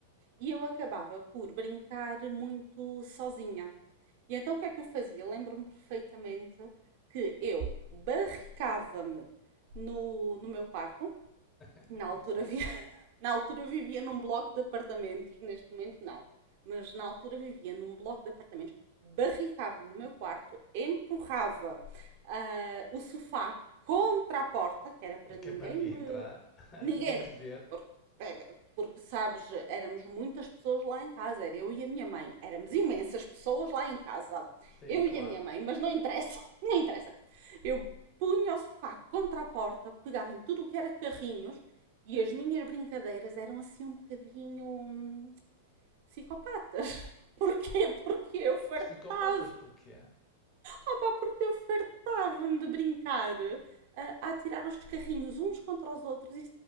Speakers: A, on the right; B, on the left.
A: E eu acabava por brincar muito sozinha. E então o que é que eu fazia? Lembro-me perfeitamente que eu barricava-me no, no meu quarto,
B: <laughs>
A: na altura
B: sim.
A: havia. <laughs> Na altura vivia num bloco de apartamentos, neste momento não. Mas na altura vivia num bloco de apartamentos, barricava no meu quarto, empurrava ah, o sofá contra a porta, que era para ninguém
B: Que é para ninguém
A: me.
B: entrar, <laughs>
A: Ninguém.
B: ninguém te ver.
A: eh, Porque, sabes, éramos muitas pessoas lá em casa, era eu e a minha mãe, éramos imensas pessoas lá em casa,
B: <laughs> Sim,
A: eu
B: claro.
A: e a minha mãe, mas não interessa, <laughs> não interessa. Eu punha o sofá contra a porta, pegava em tudo o que era carrinhos e as minhas brincadeiras eram assim um bocadinho hum, psicopatas. <laughs> Porquê? Porque eu fartava.
B: Psicopatas porquê?
A: Opa, porque eu fartava-me de brincar ah, a atirar os carrinhos uns contra os outros e